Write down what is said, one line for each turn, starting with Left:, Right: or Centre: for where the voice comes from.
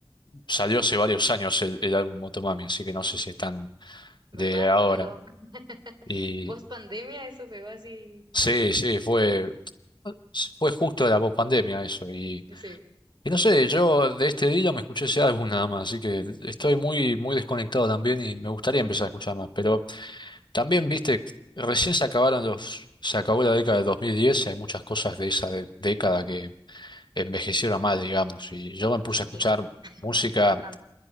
Left: salió hace varios años el, el álbum Motomami, así que no sé si están de
Right: ¿Verdad
Left: ahora.
Right: que pegó? <laughs>
Left: Y
Right: Post pandemia eso pegó así.
Left: sí, sí, fue, fue justo la pospandemia eso. Y,
Right: Sí.
Left: y no sé, yo de este Dilo me escuché ese álbum nada más, así que estoy
Right: Ujú.
Left: muy, muy desconectado también y me gustaría empezar a escuchar más. Pero también, viste, recién se acabaron los, se acabó la década de 2010 y hay muchas cosas de esa de- década que envejecieron mal, digamos. Y yo me puse
Right: Sí,
Left: a escuchar música
Right: <laughs> bastante.